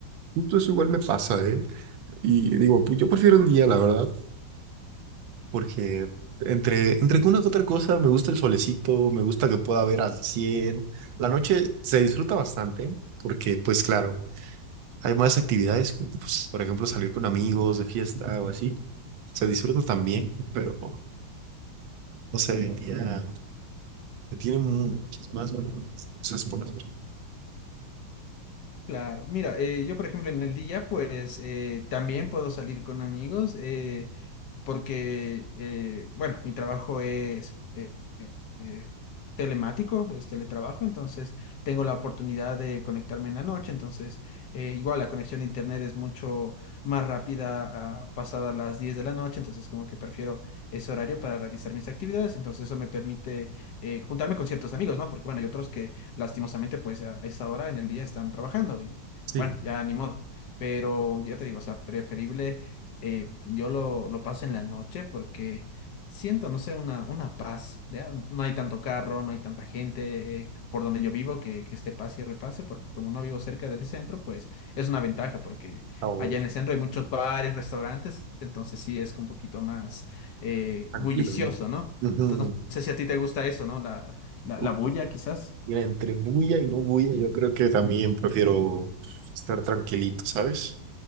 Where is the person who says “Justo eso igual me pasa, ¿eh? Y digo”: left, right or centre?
Right